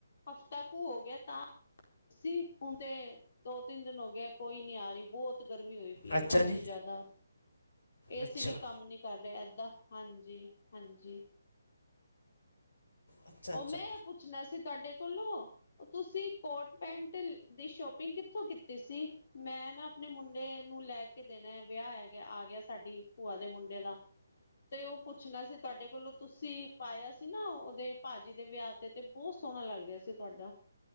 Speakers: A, on the left; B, on the left.
A: ਹਫ਼ਤਾ ਕੁ ਹੋਗਿਆ, ਤਾ ਤੁਸੀਂ, ਹੁਣ ਤੇ, ਦੋ-ਤਿੰਨ ਦਿਨ ਹੋ ਗਏ ਕੋਈ ਨੀ ਆ ਰਹੀ ਬਹੋਤ ਬਹੁਤ ਗਰਮੀ ਹੋਈ ਪਈ ਏ,
B: ਅੱਛਾ
A: ਬਹੁਤ
B: ਜੀ
A: ਈ ਜ਼ਿਆਦਾ। ਏਸੀ
B: ਅੱਛਾ
A: ਵੀ ਕੰਮ ਨੀ ਕਰ ਰਹੇ ਏਦਾਂ, ਹਾਂਜੀ-ਹਾਂਜੀ।
B: ਅੱਛਾ
A: ਉਹ
B: ਅੱਛਾ
A: ਮੈਂ, ਪੁੱਛਣਾ ਸੀ ਤੁਹਾਡੇ ਕੋਲੋ ਤੁਸੀ, ਕੋਟ-ਪੈਂਟ ਦੀ ਸ਼ੋਪਿੰਗ ਕਿੱਥੋਂ ਕੀਤੀ ਸੀ? ਮੈਂ ਨਾ ਆਪਣੇ ਮੁੰਡੇ ਨੂੰ ਲੈਕੇ ਦੇਣਾ, ਆ ਵਿਆਹ ਏ। ਵਿਆਹ ਆਗਿਆ ਸਾਡੀ ਭੂਆ ਦੇ ਮੁੰਡੇ ਦਾ, ਤੇ ਉਹ ਪੁੱਛਣਾ ਸੀ ਤੁਹਾਡੇ ਕੋਲੋਂ ਤੁਸੀ ਪਾਇਆ ਸੀ ਨਾ ਉਹਦੇ, ਭਾਜੀ ਦੇ ਵਿਆਹ ਤੇ, ਤੇ ਬਹੁਤ ਸੋਹਣਾ ਲੱਗ ਰਿਹਾ ਸੀ ਤੁਹਾਡਾ।